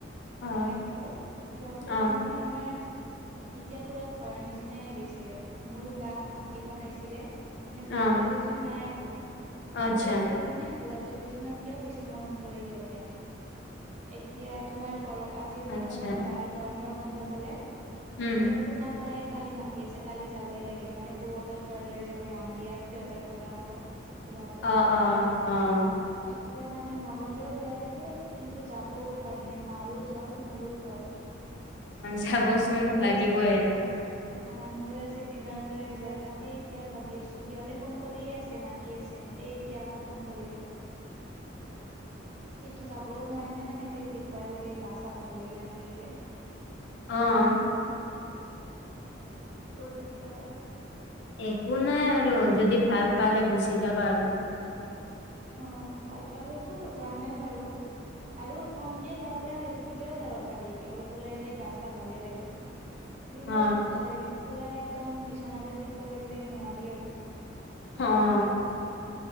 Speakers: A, on the left (about 60°); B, on the right (about 35°).
A: অ
B: একঘৰ সিহঁতে
A: অ
B: তাৰমানে আমাৰ এতিয়া পুৰা ঘৰৰ নিচিনাই হৈ গৈছে মোৰ বাক ভন্টি বনাইছিলে মানে
A: অ
B: ব্লাড ৰিলে্চন নাই আক কিন্তু
A: আচ্ছা
B: এতিয়া তাৰমানে ব্লাড ৰিলেশ্যনত কেও বেছি মৰম কৰে সিহঁতে এতিয়া তোমাৰ ঘৰৰ আজ টি পৰা
A: আচ্ছা
B: মানে বাৰ গৰমৰ বন্ধ পালে,
A: উম
B: এতিয়া শুনা পাই কালি মাতি আছে। কালি যাবই লাগে মানে, বৌ হঁতৰ ঘৰত লৈ যাব ৰামদিয়াত, সিহঁতৰ পৰা আকৌ। ফুৰাব
A: অহ অহ অঁ।
B: এতিয়া মানে নগলেও বেয়া লাগে, কিন্তু যাবও উপায় নাই মাৰো জ্বৰ মোৰো জ্বৰ।
A: যাবচোন
B: আজি মোৰ
A: লাগিবই
B: আজি অঁ মোৰ আজি। দিনৰ পৰাই যায়, তাকেই এতিয়া ভাবি আছোঁ সিহঁতে ফোন কৰিয়ে আছে মাতি আছে। এই এতিয়া আকৌ ফোন কৰিলে। কিন্তু যাবও নোৱাৰি নহয় এনেকে দিগদাৰ লাগে গা চা ভাল লাগি নাথাকিলে।
A: অঁ।
B: বৰ দিগদাৰ।
A: একো নাই আৰু যদি ভাল পালে গুচি যাবা আৰু।
B: অঁ, ভাল পালেতো যামেই বাৰু। আৰু কমকে গা বেয়া হৈ থাকিলেও যাব পাৰি অলপ ওলাই যাই গা চা ভালে লাগিব কিন্তু
A: অ
B: এ পুৰা একদম বিচনাতে থাকিব লাগিলে নোৱাৰি আৰু।
A: অঁ